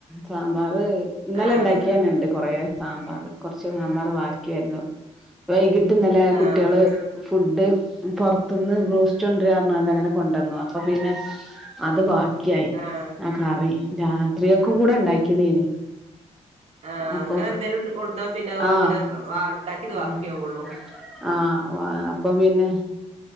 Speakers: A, in the centre; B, on the right.
A: സാമ്പാർ ഇന്നലെ
B: ആഹ്
A: ഉണ്ടാക്കിയാനുണ്ട് കൊറേ സാമ്പാർ കുറച്ച സാമ്പാർ വാക്കിയായിരുന്നു വൈകിട്ട് ഇന്നലെ
B: ആഹ്
A: കുട്ടികള് ഫുഡ് പുറത്തുന്ന് ബ്രൂസ്റ്റ് കൊണ്ടിരഞ്ഞണ്ട് അങ്ങനെ കൊണ്ടുവന്നു അപ്പൊ പിന്നെ അത് ബാക്കിയായി
B: ആഹ്
A: ആ കറി രാത്രിയൊക്കെ കൂടെ ഉണ്ടാക്കിയതേനി
B: ആഹ്
A: അപ്പൊ
B: അങ്ങനെ എന്തേലും കൊടുന്നാ പിന്നെ
A: ആഹ്
B: അങ്ങനെ
A: ആഹ്
B: ഉണ്ടാക്കിയത് ബാക്കിയാവുള്ളൂ
A: ആഹ് ആഹ് അപ്പൊ പിന്നെ